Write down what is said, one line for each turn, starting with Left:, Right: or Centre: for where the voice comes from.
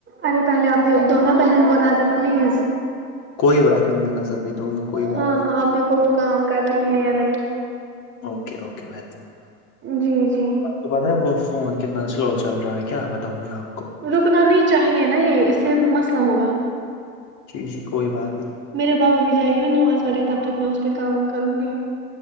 Right: ارے پہلے آپ دونوں بہن کو نظر پلیز
Left: کوئی بات نہیں میں نظر بھی دوں گا کوئی بات
Right: ہاں
Left: نہیں
Right: آپ دیکھو وہ کام کر رہی ہیں یا نہیں
Left: اوکے اوکے میں دیکھوں گا
Right: جی جی
Left: تو پت ہے وہ فون کتنا سلو چل رہا ہے کیا بتاؤں میں آپ کو
Right: رکنا نہیں چاہیے نا یہ اس سے مسئلہ ہوگا
Left: جی جی کوئی بات نہیں
Right: میرے باپ اب بھی جائے گے نا نواز پڑھے تب تک میں اس پہ کام کروں گی